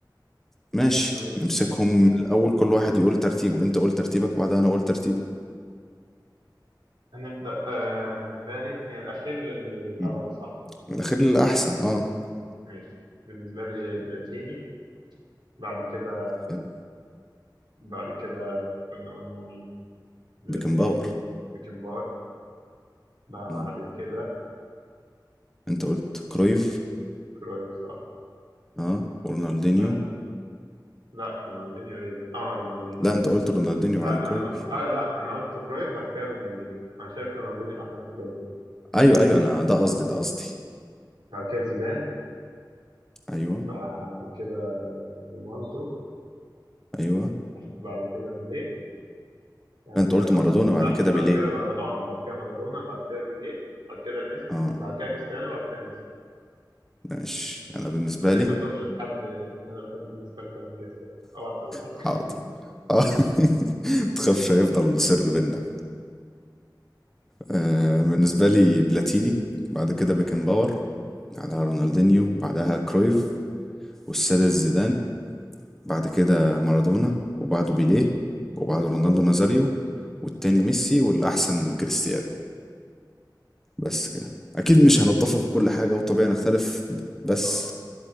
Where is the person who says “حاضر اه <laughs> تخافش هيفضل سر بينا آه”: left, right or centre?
Centre